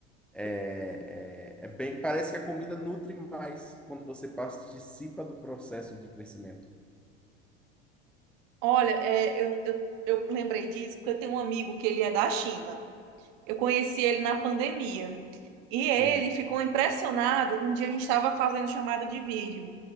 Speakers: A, in the centre; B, on the right.
A: É, é, é bem, parece que a comida nutre mais quando você participa do processo de crescimento.
B: Olha, é, eu, eu, eu lembrei disso porque eu tenho um amigo que ele é da China. Eu conheci ele na pandemia. E
A: Sim.
B: ele ficou impressionado. Um dia a gente estava fazendo chamada de vídeo.